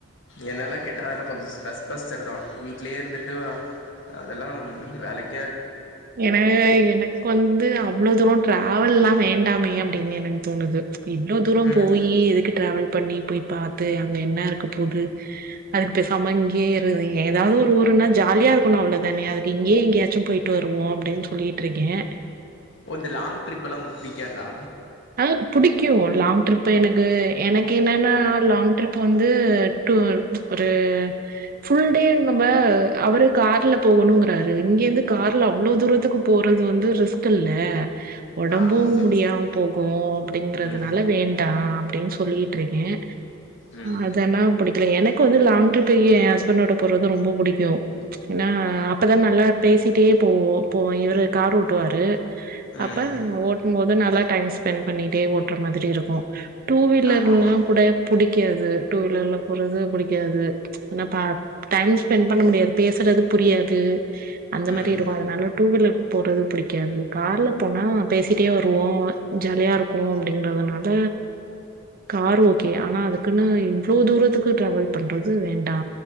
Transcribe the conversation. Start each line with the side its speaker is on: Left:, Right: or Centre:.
Left: என்னெல்லா கேட்டா அதெல்லா கொஞ்ச ஸ்ட்ரஸ் பஸ்டர் தா வீட்லேயே இருந்துட் டு அதெல்லா வேலைக்
Right: என எனக் வந்து அவ்ளோ தூரோ ட்ரா ஆவெல்லா வேண்டாமே அப்டின் எனக்கு தோணுது இவ்ளோ தூரோ
Left: ம்
Right: போயி எதுக்கு டிராவல் பண்ணி போய் பாத்து அங்க என்ன இருக்க போது அதுக்கு பேசாம இங்கே இரு ஏதாவது ஒரு ஊர்னா ஜா லியா இருக்கனு அவ்ளோ தானே அதுக்கு இங்கேயே எங்கேயாச்சும் போயிட்டு வருவோம் அப்டின்னு சொல்லிட்டு இருக்கே
Left: ஓ இந்த லாங் ட்ரிப் எல்லாம் உங்களுக்கு பிடிக்காதா
Right: ஆ புடிக்கும் லாங் ட்ரிப் எனக்கு எனக்கு என்னெனா லாங் ட்ரிப் வந்து டூ ஒரு ஃபுல்டே நம்ம அவுரு கார்ல போகணுங்குறாரு இங்க இருந்து கார்ல அவ்ளோ தூரத்துக்கு போறது வந்து ரிஸ்க் இல்ல உடம்பும்
Left: ஆ சரி
Right: முடியாம
Left: சரி
Right: போகும் அப்டிங்குறதுனால
Left: ம்
Right: வேண்டா அப்டினு சொல்லிட்டு இருக்கேன்
Left: ம்
Right: அதனா பிடிக்கல எனக் க்கு வந்து லாங் ட்ரிப் என் ஹஸ்பண்டோட போறது ரொம்போ புடிக்கும் ஏனா அப்ப தான் நல்லா பேசிட்டே போவோம் இவுரு காரு ஓட்டுவாரு
Left: ம்
Right: அப்ப போது நல்லா டைம் ஸ்பென்ட் பண்ணிட்டே ஓட்டுற மாதிரி இருக்கும் டூ வீலர்லாம்
Left: ஆமாம் ஆமாம்
Right: கூட பிடி க்காது டூ வீலர்ல போறது புடிக்காது ஆனா டைம் ஸ்பென்ட் பண்ண முடியாது பேசுறது புரியாது அந்த
Left: ம்
Right: மாரி இருக்கும் அதனால டூ வீலர் போறது புடிக்காது கார்ல போனா பேசிட்டே வருவோம் ஜாலியா இருக்கும் அப்டிங்குறதுனால கார் ஓகே ஆனா அதுக்குன்னு இவ்ளோ தூரத்துக்கு ட்ராவல் பண்றது வேண்டா